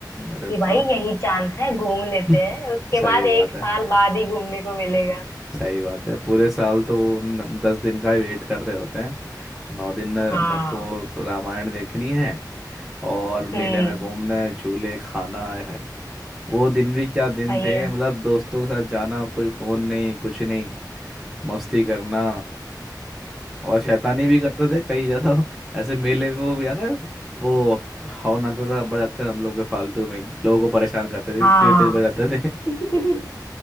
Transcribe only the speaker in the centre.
अरे
वाह
<laughs>
सही
बात
है
सही बात है पूरे साल तो न, दस दिन का ही वेट कर रहे होते हैं नौ दिन न,
न को रामायण देखनी है और
मेले में घूमना है झूले खाना है वो दिन भी क्या दिन
थे
मतलब दोस्तों के साथ जाना कोई फोन नहीं कुछ नहीं मस्ती करना और शैतानी भी करते थे कई ज्यादा ऐसे मेले में वो याद है वो हॉर्न आता था बजाते थे हम लोग बेफालतू में ही लोगों को परेशान करते थे
तेज तेज बजाते थे <laughs>